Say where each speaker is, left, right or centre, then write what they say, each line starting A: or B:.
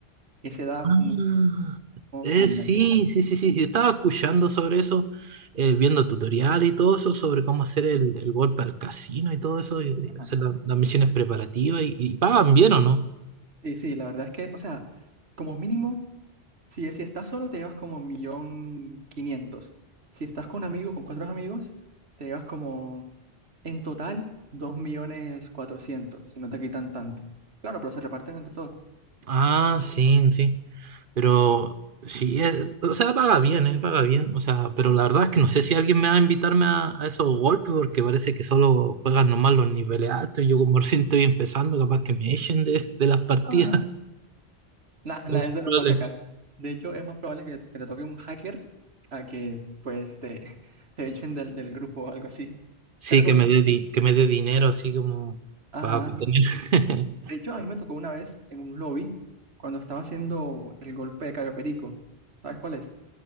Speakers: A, on the right; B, on the right.
A: Ese da
B: Ah,
A: muchísimo
B: eh,
A: dinero.
B: sí, sí, sí, sí. Yo estaba escuchando sobre eso, eh, viendo tutorial y todo eso, sobre cómo hacer el, el golpe al casino y todo eso, y, y
A: Ajá.
B: hacer la- las misiones preparativas y, y pagan bien o no.
A: Sí, sí, la verdad es que, o sea, como mínimo. Si, si estás solo, te llevas como un millón quinientos. Si estás con un amigo, con cuatro amigos, te llevas como en total dos millones cuatrocientos, si no te quitan tanto. Claro, pero se reparten entre todos.
B: Ah, sí, sí. Pero sí, eh, o sea, paga bien, eh, paga bien. O sea, pero
A: Sí,
B: la
A: sí.
B: verdad es que no sé si alguien me va a invitarme a, a esos golpes porque parece que solo juegan nomás los niveles altos. y Yo como recién estoy empezando, capaz que me echen de, de las partidas.
A: No, no. Nah,
B: <laughs>
A: nah, <laughs> eso no pasa acá. De hecho, es más probable que, que te toque un hacker a que pues te, <laughs> te echen del, del grupo o algo así.
B: Sí,
A: Te recomiendo.
B: que me dé di- que me dé dinero así como
A: Ajá.
B: para tener. <laughs>
A: De hecho, a mí me tocó una vez en un lobby cuando estaba haciendo el golpe de Cayo Perico. ¿Sabes cuál es?